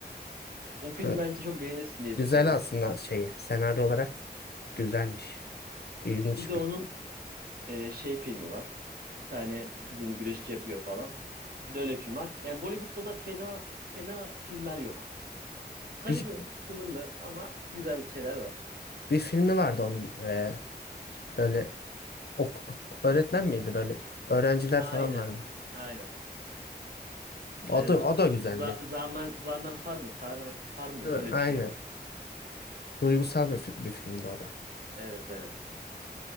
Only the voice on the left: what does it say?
Ha,
Güzel
aslında şeyi senaryo olarak güzelmiş. İlginç
bir.
Bir,
bir filmi vardı onun e, böyle ok- öğretmen miydi böyle öğrenciler
falan vardı.
O da,
o da güzel
bir.
Ha,
Aynen.
Duygusal bir, fi- bir filmdi o da.